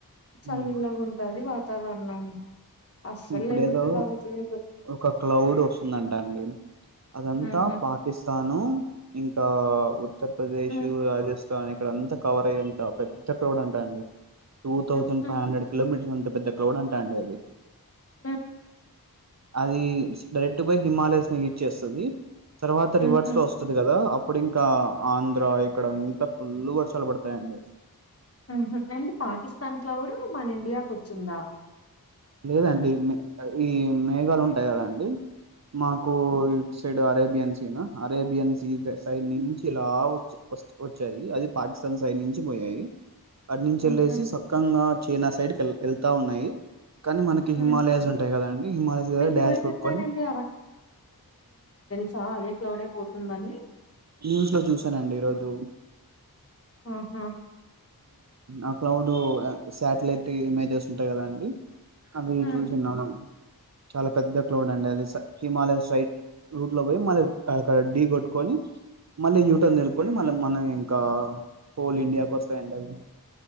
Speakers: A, on the left; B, on the right.
A: చల్లగా
B: ఉమ్,
A: ఉంటాది వాతావరణం అస్సలు
B: ఇప్పుడేదో
A: లేబుద్ది కావట్లేదు
B: ఒక క్లౌడ్ వస్తుందంట అండి అదంతా
A: ఉహు
B: పాకిస్తాను ఇంకా ఉత్తరప్రదేశ్
A: ఉ
B: రాజస్ స్థాన్ ఇక్కడంత కవర్ అయ్యెంత పెద్ద క్లౌడ్ అంటా అండి టూ థౌజండ్
A: ఉ ఉ
B: ఫైవ్ హండ్రెడ్ కిలోమీటర్స్ అంతే పెద్ద క్లౌడ్ అంట అండి అది
A: మ్
B: అదీ స్ప్రెడ్ పై హిమాలయస్ ని హీట్ చేస్తది తర్వాత రివర్డ్స్
A: ఉహు
B: లో వస్తది కదా అప్ ఇంకా ఆంధ్ర ఇక్కడ అంతా ఫుల్ వర్షాలు పడతాయండి
A: మ్ హు అండ్ పాకిస్తాన్ క్లౌడ్ మన ఇండియాకు వచ్చిందా
B: లేదండి ఈ మేఘాలు ఉంటయి కదా అండి మాకు సైడ్ అరేబియన్స్ ఎనా అరేబియన్స్ సైడ్ నుంచి ఇలా వచ వస్ వచ్చాయి అది పా తన్ సైడ్ నుంచి పోయాయి అట్నించి
A: ఉహు
B: ఎళ్ళేసి సక్కంగా చైనా సైడ్ కి ఎళ్తా ఉన్నాయి కానీ మనకి
A: ఉ
B: హిమాలయస్ ఉంటాయి కదాండి హిమాలయస్ దగ్గర
A: మీకు
B: డాష్
A: ఎవరు
B: కొట్కొని
A: చెప్పారండి చ అదే క్లౌడై పోతుందని
B: న్యూస్ లో చూసానండి ఈరోజు
A: ఆ హా
B: ఆ క్లౌడ్ శాటిలైట్ ఇమేజెస్ ఉంటాయి కదా అండి అవి
A: ఉ
B: చూసున్నాను చాలా పెద్ద క్లోడ్ అండి అది స హిమాలయ్ సైడ్ రూట్ లో పోయి మళ్ళ అక్కడ డీ కొట్టుకోని మళ్ళీ యూటర్న్ తిరుక్కోని మళ్ళ మన ఇంకా హోల్ ఇండియాకొస్తాయండి అవి